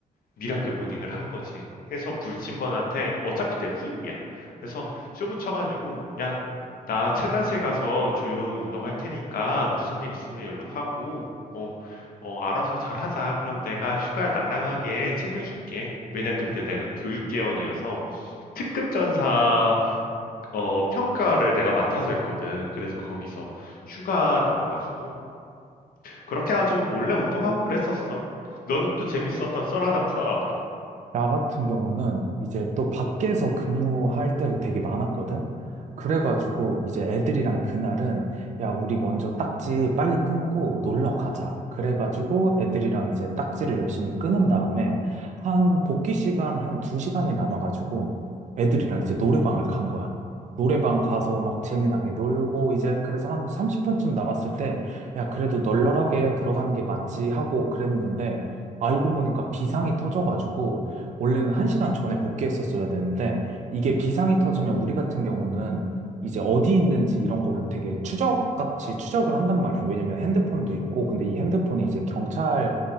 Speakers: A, on the left (about 85°); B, on the right (about 55°).
A: 미라클 모닝을 한 거지. 해서 불침번한테 어차피 내 후임이야. 그래서 쇼 붙여가지고 야, 나 체단실 가서 조용히 운동할 테니까 무슨 일 있으면 연락하고 어, 어, 알아서 잘 하자. 그럼 내가 휴가 낭낭하게 챙겨줄게. 왜냐 그때 내가 교육개원이어서 특급 전사 어, 평가를 내가 맡아서 했거든. 그래서 거기서 휴가 나와가지고 그렇게 해가지고 몰래 운동하고 그랬었어. 너는 또 재밌었던 썰 하나 풀어와봐.
B: 나 같은 경우는 이제 또 밖에서 근무할 때도 되게 많았거든? 그래가지고 이제 애들이랑 그날은 야, 우리 먼저 딱지 빨리 끊고 놀러 가자. 그래가지고 애들이랑 이제 딱지를 열심히 끊은 다음에 한 복귀 시간 한 두시간이 남아가지고 애들이랑 이제 노래방을 간 거야. 노래방 가서 막 재미나게 놀고 이제 그래서 한 30분쯤 남았을 때 야, 그래도 널널하게 들어가는 게 맞지 하고 그랬는데 알고 보니까 비상이 터져가지고 원래는 한시간 전에 복귀했었어야 되는데, 이게 비상이 터지면 우리 같은 경우는 이제 어디 있는지 이런 거를 되게 추적같이 추적을 한단 말이야. 왜냐면 핸드폰도 있고, 근데 이 핸드폰이 이제 경찰이